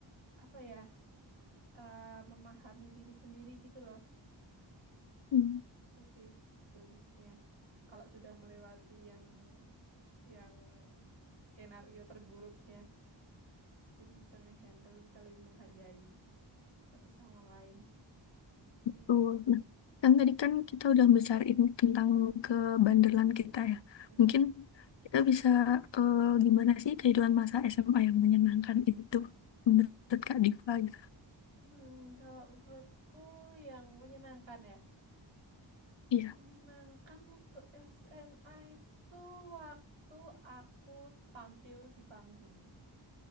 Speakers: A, on the right; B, on the left.
A: apa ya eh, memahami diri sendiri gitu loh.
B: Mm,
A: Itu sih bagusnya kalau sudah melewati yang yang skenario terburuknya. Jadi bisa ngehandle, bisa lebih menghargai satu sama lain. Tuh.
B: Tuh. Nah, kan tadi kan kita udah bicarain tentang kebandelan kita ya.
A: Mm-mm.
B: Mungkin kita bisa eh, gimana sih kehidupan masa SMA yang menyenangkan itu menurut Kak Diva gitu.
A: Hmm, kalau menurutku yang menyenangkan ya.
B: Iya,
A: Menyenangkan waktu SMA itu waktu aku tampil di panggung.